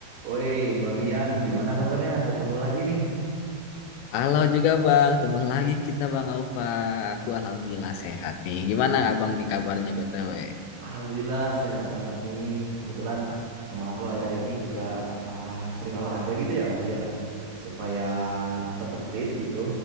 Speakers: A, on the right (about 55°); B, on the left (about 85°).
A: Woi, Bang Rian, gimana kabarnya? Ketemu lagi nih.
B: Halo juga Bang, ketemu lagi kita Bang Alfa. Aku alhamdulillah sehat nih. Gimana Abang nih kabarnya BTW?
A: Alhamdulillah sehat banget nih. Kebetulan
B: Ah,
A: sama aku akhir-akhir ini juga ah, sering olahraga gitu ya, biar supaya tetap fit gitu.